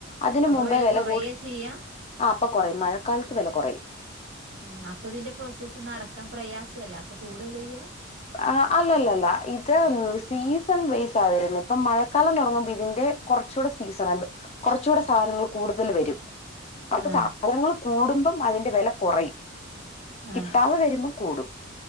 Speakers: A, on the left; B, on the right.
A: അതിന്
B: അപ്പൊ
A: മുമ്പേ
B: വില കൊറയാ
A: കൂടി
B: ചെയ്യാ
A: ആ അപ്പൊ കുറയും മഴക്കാലത്ത് വില കോറയും
B: ഉം അപ്പൊ ഇതിന്റെ പ്രോസസ്സ് നടക്കാം പ്രയാസല്ലെ അപ്പൊ കൂടല്ലെയ്യ
A: ആ അല്ലല്ലല്ല ഇത് സീസൺ വെയ്സാവരുന്നെ പ്പം മഴക്കാലം തുടങ്ങുമ്പോ ഇതിന്റെ കുറച്ടെ സീസൺ കുറച്ച കൂടെ സാധനങ്ങൾ കൂടുതൽ വരും അപ്പൊ
B: ആ
A: സാധനങ്ങൾ കൂടുമ്പം അതിന്റെ വെല കൊറയും
B: ആ
A: കിട്ടാതെ
B: ആ
A: വരുമ്പോ കൂടും